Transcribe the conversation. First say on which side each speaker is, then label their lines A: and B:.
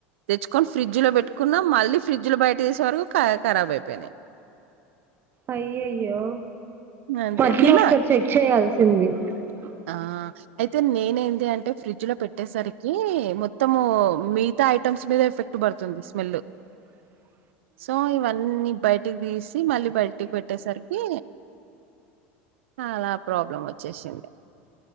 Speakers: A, on the right (about 85°); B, on the right (about 35°).
A: తెచ్చుక్ కొని ఫ్రిడ్జ్ లో పెట్టుకున్నా మళ్ళీ ఫ్రిడ్జ్ లో బయట తీసే వరకు ఖ ఖరాబ్ అయిపోయినాయి.
B: అయ్య అయ్యో
A: అంతే
B: మధ్యలో
A: తిన్నా
B: ఒకసారి చెక్ చేయాల్సింది ఆ
A: ఆ అయితే నేను ఏంది అంటే ఫ్రిడ్జ్ లో పెట్టేసరికి మొత్తము మిగతా ఐటమ్స్ మీద ఎఫెక్ట్ పడుతుంది స్మెల్
B: ఆ
A: సో ఇవన్నీ బయటికి తీసి మళ్ళీ బయటికి పెట్టేసరికి ఆలా ప్రాబ్లం వచ్చేసింది